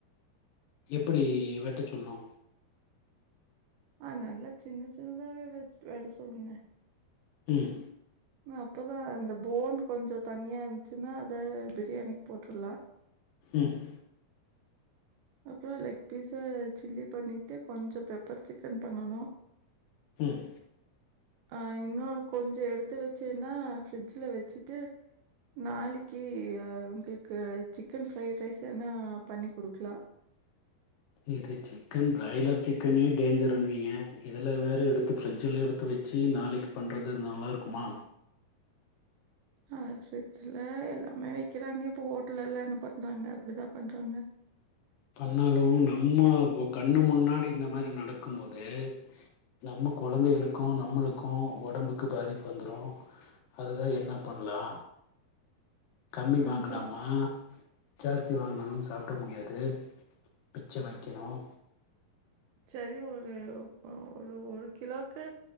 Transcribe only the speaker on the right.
ஆஹ நல்லா சின்ன சின்னதாவே வச் வெட்ட சொல்லுங்க.
அப்பதான் இந்த போன் கொஞ்சோ. தனியா இருந்துச்சுன்னா அத பிரியாணிக்கு போட்டுருலா.
அப்புறோ லெக் பீஸ சில்லி பண்ணிட்டு கொஞ்சோ பெப்பர் சிக்கன் பண்ணணு.
ஆஹ இன்னொனு கொஞ்சோ எடுத்து வச்சேன்னா ஃபரிட்ஜ்ல வச்சுட்டு நாளைக்கு உங்களுக்கு சிக்கன் ஃப்ரைட் ரைஸ் னா பண்ணி கொடுக்கலா.
அஹ ஃரிட்ஜ்ல எல்லாமே வைக்கிறாங்க இப்ப ஹோட்டல்ல எல்லாம் என்ன பண்றாங்க அப்படிதா பண்றாங்க.
அதான்
சேரி ஒரு ஒரு ஒரு கிலோக்கு